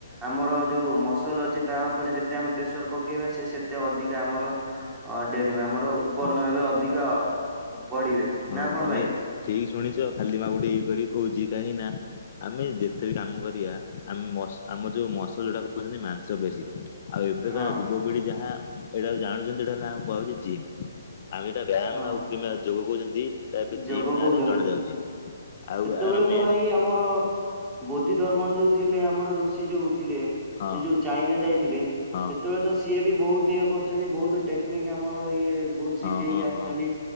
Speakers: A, on the right; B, on the left.
A: ଆମର ଯୋଉ ମସଲ୍ ଅଛି ତା ଉପରେ ଯେତେ ଆମେ ପ୍ରେସର ପକେଇବା ସେ ସେତେ ଅଧିକା ଆମର ହଁ ଡେ ଆମର ଉତ୍ପନ୍ନ
B: ହଁ
A: ହେବେ ଅଧିକା ବଢିବେ।
B: ହଁ
A: ନା କଣ
B: ତମେ
A: ଭାଇ
B: ଠିକ୍ ଶୁଣିଛ ଖାଲି ମା ଗୋଟେ ଇଏ କରି କହୁଛି କାହିଁକି ନା ଆମେ ଯେତେ ବି କାମ କରିବା ଆମ ମସ୍ ଆମ ଯୋଉ ମସଲ୍ ଯୋଉଟା କହୁଛନ୍ତି ମାଂସ ପେଶୀ ଆଉ ଏବେକାର
A: ହଁ
B: ଯୁବପିଢ଼ି ଯାହା ଏଇଟାକୁ ଜାଣୁଛନ୍ତି ଏଇଟା ହେଲା ଆଉ କୁହାହଉଛି ଜିମ୍। ଆମେ ସେଟା ବ୍ୟାୟାମ
A: ହଁ
B: ଆଉ କିମ୍ବା ଯୋଗ କହୁଛନ୍ତି ଏଇଟା ଏବେ
A: ଯୋଗ
B: ଜିମ୍ ନାଁରେ
A: କହୁଛନ୍ତି,
B: ଜଣା ଯାଉଛି ଆଉ
A: ସେତେବେଳେ
B: ଏହାର ମେନ୍
A: ତ ଭାଇ ଆମର ବୋଦ୍ଧି ଧର୍ମନ୍ ଯୋଉ ଥିଲେ ଆମର ଋଷି ଯୋଉ ଥିଲେ
B: ହଁ
A: ସିଏ ଯୋଉ ଚାଇନା ଯାଇଥିଲେ
B: ହଁ
A: ସେତେବେଳେ ତ ସିଏ ବି ବହୁତ ଇଏ କରିଛନ୍ତି ବହୁତ ଟେକ୍ନିକ୍ ଆମର ଇଏ ବହୁତ
B: ହଁ
A: ଶିଖେଇକି ଆସିଛନ୍ତି,
B: ହଁ ହଁ